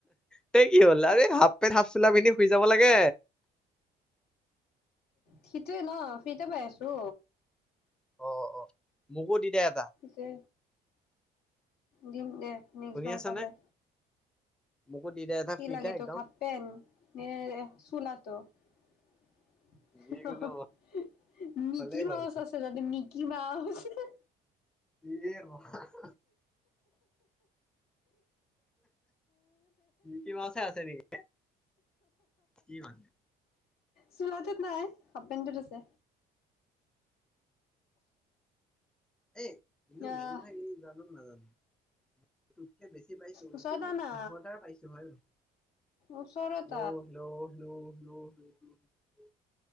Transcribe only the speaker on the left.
সেইটোৱে ন ফিতে পাই আছো।
যে দিম দে, নেক্সটবাৰ
পালে।
কি
লাগে তোক
হাফ পেন নে চোলাটো? <unintelligible>
মিকি
মাউচ
আছে জানিম নেকি? কি বাও, হা, হা
<unintelligible> <unintelligible>
চোলাটোত নাই হাফ পেণ্টোত আছে।
আহ ওচৰত আহ না ওচৰত